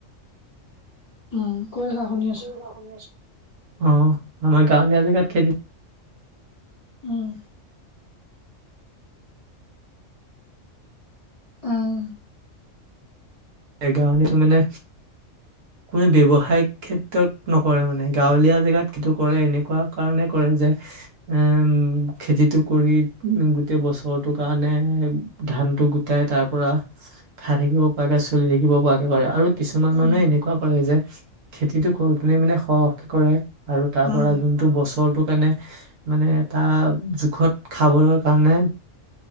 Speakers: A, on the left; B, on the right.
A: উম, কৈ থাকা
B: অ।
A: শুনি
B: আমাৰ
A: আছো।
B: গাঁৱলীয়া জেগাত খেতি
A: উম, আহ।
B: এ গাঁৱলীয়াত মানে, কোনো ব্যৱসায়িক ক্ষেত্ৰত নকৰে মানে গাঁৱলীয়া জেগাত কিটো কৰে এনেকুৱা কাৰণে কৰে। যে উম খেতিটো কৰি উ গোটেই বছৰটো কাৰণে ধানটো গোটাই তাৰ পৰা খাই থাকিব পৰাকৈ চলি থাকিব পৰাকে কৰে আৰু কিছুমান
A: উম,
B: মানুহে এনেকুৱা কৰে যে খেতিটো কৰোতেনে মানে সহকে কৰে। আৰু তাৰ
A: উম,
B: পৰা যোনটো বছৰ ৰটোৰ কাৰণে মানে এটা জোখত খাবৰ কাৰণে,